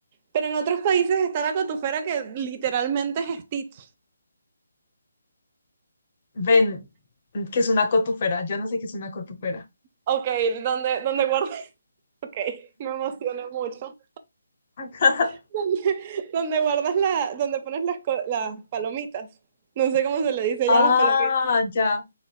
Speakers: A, on the right; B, on the left.
A: Pero en otros países está la cotufera que literalmente es Stitch.
B: Ven, que es una cotufera, yo no sé qué es una cotufera.
A: Ok, donde, donde guardo. <laughs> Ok, me emocioné mucho.
B: <laughs>
A: <laughs> Donde guardas la, donde pones las, co- las palomitas. No sé cómo se le dice
B: Ah,
A: ya a las palomitas.
B: ya.